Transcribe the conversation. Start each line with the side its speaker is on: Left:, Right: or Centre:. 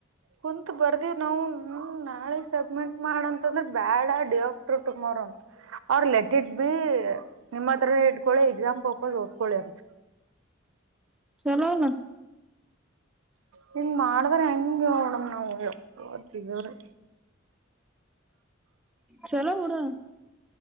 Right: ಕುಂತ ಬರ್ದೇವ್ ನಾವು ನಾಳೆ ಸಬ್ಮಿಟ್ ಮಾಡಂತಂದ್ರ ಬ್ಯಾಡ ದೇವಪ್ ಆಫ್ಟರ ಟುಮಾರೊ ಅಂತ ಅವ್ರ ಲೆಟ್ ಇಟ್ ಬಿ ನಿಮ್ಮ ಹತ್ರ ಇಟ್ಕೊಳ್ಳಿ ಎಕ್ಸಾಮ್ ಪರ್ಪಸ್ ಓದ್ಕೊಳ್ಳಿ ಅಂತ
Centre: ಚಲೋ ಅಲ್ಲ
Right: ಹಿಂಗ್ ಮಾಡದ್ರ ಹೆಂಗ ಹೇಳ್ ನೋಡಮ್ ನಾವ್ ಯಾಪಾ ದೇವರೇ
Centre: ಚೊಲೋ ಬಿಡು